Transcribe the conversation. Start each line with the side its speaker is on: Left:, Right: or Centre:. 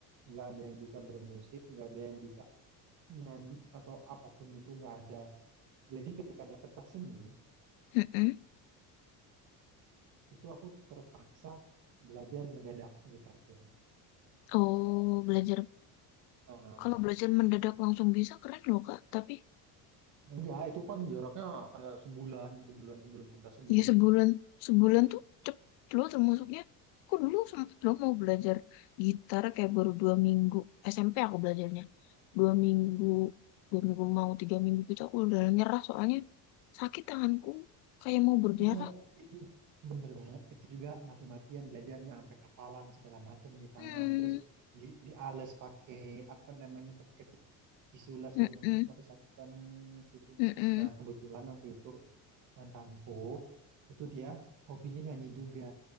Right: nggak ada yang bisa bermusik, nggak ada yang bisa nyanyi atau apapun itu nggak ada. Jadi ketika ada pentas seni,
Left: mm-mm.
Right: itu aku terpaksa belajar ngedadak gitar tuh.
Left: Oh, belajar
Right: Eh,
Left: Kalau belajar mendadak langsung bisa keren loh Kak. Tapi
Right: enggak, itu kan jaraknya kayak sebulan, sebulan sebelum pentas seni.
Left: ya sebulan sebulan tuh cepet loh termasuknya. Aku dulu sempet loh mau belajar gitar kayak baru dua minggu SMP aku belajarnya. Dua minggu dua minggu mau tiga minggu gitu aku udah nyerah soalnya sakit tanganku kayak mau berdarah.
Right: Iya, itu bener banget. Itu juga mati-matian belajarnya sampai kapalan segala macam di tangan,
Left: Hmm,
Right: terus di diales pakai apa namanya pakai tisu lah segala
Left: mm-mm,
Right: macam itu masih sakitan gitu.
Left: mm-mm,
Right: Nah, kebetulan waktu itu mantanku itu dia hobinya nyanyi juga.